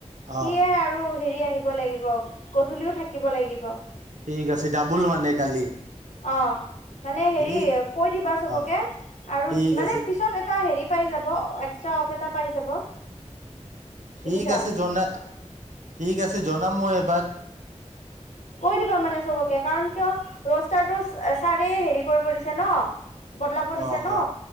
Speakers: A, on the left; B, on the right.
A: সিয়ে
B: অ
A: আৰু হেৰি আহিব লাগিব। গধূলিও থাকিব লাগিব,
B: ঠিক আছে, ডাবুল মানে কালি
A: অ' মানে হেৰি
B: ঠিক
A: কৈ দিবা চবকে,
B: অ
A: আৰু
B: ঠিক
A: মানে
B: আছে
A: পিছত এটা হেৰি কেই যাব, এস্ত্ৰা আছে। এটা পাই যাব।
B: ঠিক
A: বুজিছা
B: আছে, জনা ঠিক আছে। জনাম মই এবাৰ।
A: কৈ দিবা মানে চবকে কাৰণ, কিয়? ৰষ্টাৰটো ছাৰে হেৰি কৰিব দিছে ন? বদলাব দিছে
B: অ
A: ন?
B: অ